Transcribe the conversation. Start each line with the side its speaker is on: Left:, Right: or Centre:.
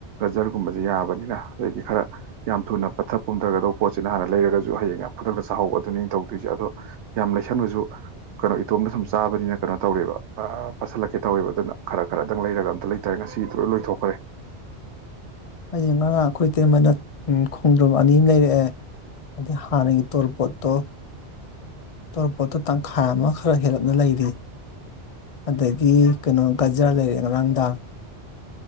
Right: ꯖꯔꯒꯨꯝꯕꯁꯦ ꯌꯥꯕꯅꯤꯅ ꯑꯗꯒꯤ ꯈꯔ ꯌꯥꯝ ꯊꯨꯅ ꯄꯠꯊ ꯄꯨꯝꯊꯒꯗꯧꯕ ꯄꯣꯠꯁꯤꯅ ꯍꯥꯟꯅ ꯂꯩꯔꯒꯁꯨ ꯍꯌꯦꯡ ꯈꯨꯗꯛꯇ ꯆꯥꯍꯧꯕ ꯑꯗꯨꯅꯤ ꯑꯩ ꯇꯧꯗꯣꯏꯁꯦ ꯑꯗꯣ ꯌꯥꯝ ꯂꯩꯁꯟꯕꯁꯨ ꯀꯩꯅꯣ ꯏꯇꯣꯝꯗ ꯁꯨꯝ ꯆꯥꯕꯅꯤꯅ ꯀꯩꯅꯣ ꯇꯧꯔꯦꯕ ꯑꯥ ꯄꯥꯁꯤꯜꯂꯛꯀꯦ ꯇꯧꯋꯦꯕ ꯑꯗꯨꯅ ꯈꯔ ꯈꯔꯗꯪ ꯂꯩꯔꯒ ꯑꯝꯇ ꯂꯩꯇꯥꯔꯦ ꯉꯁꯤꯗꯤ ꯂꯣꯏ ꯂꯣꯏꯊꯣꯛꯈꯔꯦ
Left: ꯑꯩꯁꯦ ꯉꯔꯥꯡ ꯑꯩꯈꯣꯏ ꯏꯇꯩꯃꯅ ꯈꯣꯡꯗ꯭ꯔꯝ ꯑꯅꯤꯝ ꯂꯩꯔꯛꯑꯦ ꯑꯗꯩ ꯍꯥꯟꯅꯒꯤ ꯇꯣꯔꯄꯣꯠꯇꯣ ꯇꯧꯔꯛꯄꯣꯠꯇꯣ ꯇꯪꯈꯥꯏ ꯑꯃ ꯈꯔ ꯍꯦꯜꯂꯞꯅ ꯂꯩꯔꯤ ꯑꯗꯒꯤ ꯀꯩꯅꯣ ꯒꯖꯔ ꯂꯩꯔꯛꯑꯦ ꯉꯔꯥꯡ ꯗꯥꯡ